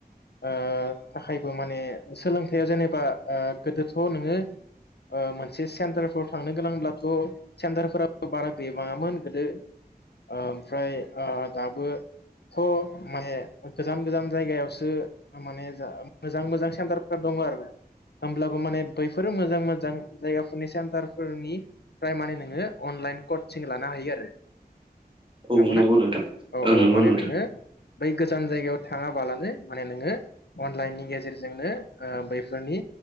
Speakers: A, on the left; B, on the right.
A: ओथाखाय माने सोलोंथाया जेनेबा आ गोदोथ नोंङो ओ मोनसे सेन्टारफोराव थांनो गोनांब्लाथ सेन्टारफोराबो बारा गैबांआमोन गोदो ओ ओमफ्राय ओ दाबो थ' माने गोजान गोजान जायगायावसो माने जा मोजां मोजां सेन्टारफोर दङ आरो होमब्लाबो माने बैफोरो मोजां मोजां जायगाफोरनि सेन्टारफोरनिफ्राय माने नोङो अनलाइन कचिं लानो हायो आरो
B: उम
A: नंगौना
B: नंगौ नोंथां।
A: औ औ
B: नंगौ
A: माने
B: नोंथां
A: नोङो बै गोजान जायगायाव थाङाबालानो माने नोङो अनलाइननि गेजेरजोंनो ओ बैफोरनि